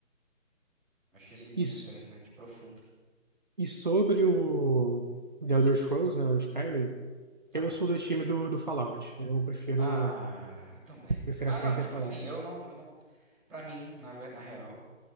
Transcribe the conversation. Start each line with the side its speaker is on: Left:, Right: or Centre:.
Centre: Acho ele muito
Right: Isso.
Centre: interessante, profundo.
Right: E sobre o The Elder Scrolls, né, o Skyrim,
Centre: Tá.
Right: eu sou do time do, do Fallout. Eu prefiro.
Centre: Ah, também.
Right: Prefiro
Centre: Ah,
Right: a franquia
Centre: não, tipo
Right: Fallout.
Centre: assim, eu não, eu não, pra mim, na, ve- na real.